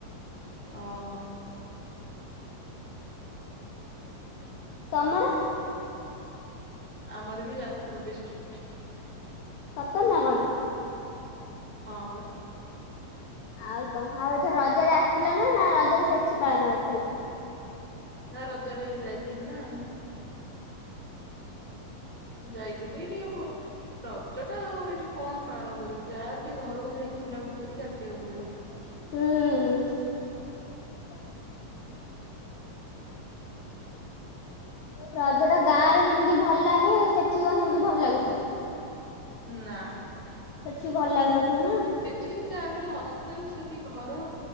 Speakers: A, in the centre; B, on the left.
A: ଅ ହ।
B: ତମର?
A: ଆମର ବି ଯାଜ୍ ପୁର ଡିଷ୍ଟ୍ରିଟ୍।
B: ସତ ନା କଣ?
A: ହଁ ବା।
B: ଆଉ କଁ ହାଉ ଏଥର ରଜରେ ଆସିିଥିଲ ନା ନା ରଜରେ ସେଠି ପାଳନ କରିଥିଲ?
A: ନା ରଜରେ ଯାଇଥି ନା ଆଉ। ଯାଇଥିଲି ଟିକେ ବ ରଜ ଟା ଆଉ ଏଠି କଣ ପାଳନ କରିବୁ ଯାହେଲେ ଟିକେ ଘରୁକୁ ଯାଇକି ବୁଲାବୁଲି କରିକି ଆସିଆକୁ ପଡିବ।
B: ହୁଁ।
A: <inaudible>
B: ରଜ ଟା ଗାଁ ରେ ଯେମିତି ଭଲ୍ ଲାଗେ ସେଠି କଣ ସେମତି ଭଲ ଲାଗୁଥିବ?
A: ନା।
B: ସେଠି ଭଲ୍ ଲାଗୁନଥିବ ନା
A: ଠିକ୍ ଆ ବୋଲି ହଷ୍ଟେଲ୍ ସେଟି ଘର